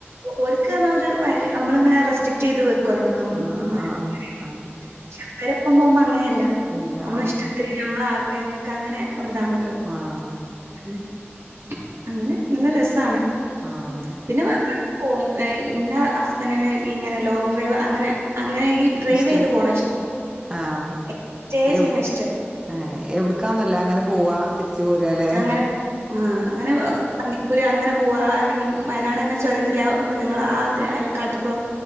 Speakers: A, on the right (about 75°); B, on the right (about 20°).
A: ഓര്ക്കാരണം ഒരു വ നമ്മളി ഇങ്ങനെ റെസ്ട്രിക്ട് ചെയ്ത് വെക്കല്ലോ നമ്മള
B: ആഹ്
A: <unintelligible>
B: ആഹ് ആഹ്
A: പക്ഷേ അവരൊപ്പംപോമ്പ അങ്ങനെയല്ല
B: ആഹ് ഇല്ല
A: നമ്മള
B: ഓക്ക്
A: ഇഷ്ടത്തി നമ്മള ആഗ്രഹങ്ങൾക്ക് അങ്ങനെ ഒരുരിതാണല്ലോ
B: ആഹ്
A: <unintelligible> അങ്ങനെ നല്ല രസാണ്
B: ആഹ്
A: പിന്നെ <unintelligible> പോം ഇൻ്റെ ഹസ്ബൻറിന് ഇങ്ങനെ ലോങ് ഡ്രൈവ് അങ്ങനെ അങ്ങനെ ഈ ഡ്രൈവ്
B: ഇഷ്ടൽ
A: ചെയ്ത് പോകണം ഇഷ്ടം
B: ആഹ്
A: സ്റ്റേ
B: എവ്
A: ചെയ്യണം ഇഷ്ടമല്ല
B: ഏഹ് എവിടുക്കാന്നല്ല അങ്ങനെ പോവാ തിരിച്ച് പോരാലെ
A: അങ്ങനെ ആഹ് അങ്ങനെ കന്ദിക്കൂര് അങ്ങനെ പോവാ അല്ലെങ്കിൽ വയനാട് അങ്ങനെ ചുരം കറിയ മൃഗങ്ങൾ ആത് അതിൽ കാട്ടിക്കുളം